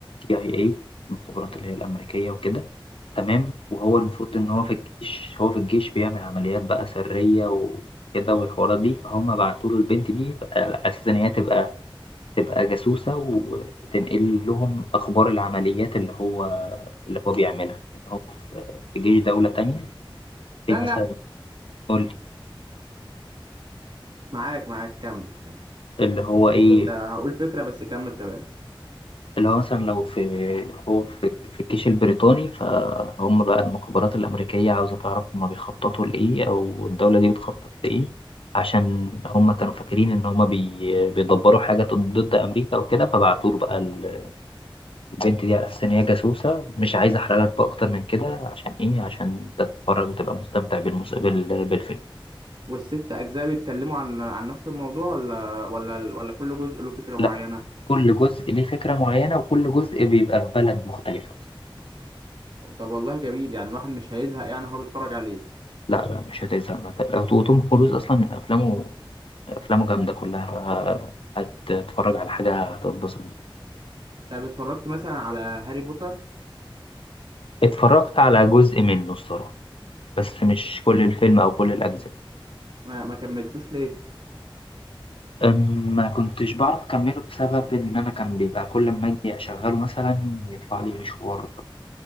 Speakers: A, on the left; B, on the right.
A: اي اي إيه، المخابرات اللي هي الامريكيه وكده تمام وهو
B: لا
A: المفروض ان هو
B: تمام
A: في الجيش هو في الجيش بيعمل عمليات بقى سريه وكده والحوارات دي فهم بعتوا له البنت دي بقى على اساس ان هي تبقى تبقى جاسوسه وتنقل لهم اخبار العمليات اللي هو اللي هو بيعملها ان هو في في جيش دوله تانية
B: استنى
A: زي مثلا قول
B: معاك معاك كمل كمل
A: اللي هو ايه
B: كنت هقول فكرة بس كمل كلام
A: اللي هو مثلا لو في هو في, في الجيش البريطاني فهم بقى المخابرات الأمريكية عاوزة تعرف هم بيخططوا لإيه أو الدولة دي بتخطط لإيه عشان هم كانوا فاكرين إن هم بي بيدبروا حاجة ضد أمريكا أو كده فبعتوا له بقى ال- البنت دي على أساس إن هي جاسوسة مش عايز أحرق لك بقى أكتر من كده عشان إيه عشان تتفرج وتبقى مستمتع بالمس... بال... بالفيلم
B: والست أجزاء بيتكلموا عن عن نفس الموضوع ولا ولا ولا كل جزء له فكرة معينة
A: لا كل جزء ليه فكرة معينة وكل جزء بيبقى في بلد مختلفة
B: طب والله جميل يعني الواحد مش هيزهق يعني وهو بيتفرج عليه
A: لا لا مش هتزهق ما ت- وتوم كروز أصلا من أفلامه أفلامه جامدة كلها هتتفرج على حاجة هتتبسط بيها
B: طب اتفرجت مثلا على هاري بوتر
A: اتفرجت على جزء منه الصراحة بس مش كل الفيلم أو كل الأجزاء
B: ما, ما كملتوش ليه
A: أم، ما كنتش بعرف أكمله بسبب إن أنا كان بيبقى كل ما أجي أشغله مثلا يطلع لي مشوار